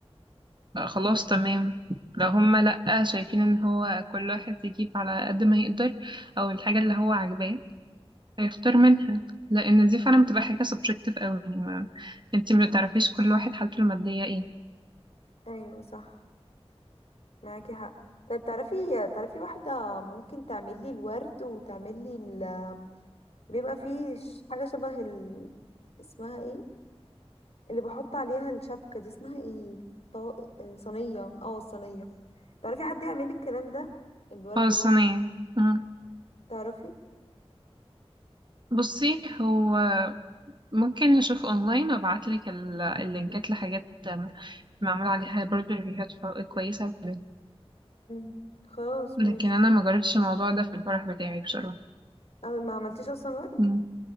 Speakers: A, on the right; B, on the left.
A: آه، خلاص تمام لو هما لأ شايفين ان هو كل واحد يجيب على قد ما يقدر او الحاجة اللي هو عاجباه هيختار منها لان دي فعلا بتبقى حاجة سبجكتيف قوي يعني ما انتي ما تعرفيش كل واحد حالته المادية ايه
B: ايوه صح معاكي حق طيب تعرفي تعرفي واحدة ممكن تعملي الورد وتعملي ال بيبقى فيه ش- حاجة شبه ال... اسمها ايه اللي بحط عليها الشبكة دي اسمها ايه طو... آه، صينية اه الصينية تعرفي حد يعمل لي الكلام ده الورد
A: خلاص
B: برضه
A: انا مم.
B: تعرفي
A: بصي هو ممكن نشوف اونلاين وابعتلك ال- اللينكات لحاجات آم، معمول عليها برضه ريفيوهات كويسة وكده.
B: مم. خلاص
A: لكن
B: ماشي
A: انا ما جربتش الموضوع ده في الفرح بتاعي بصراحة
B: اه ما عملتيش اصلا ورد
A: مم.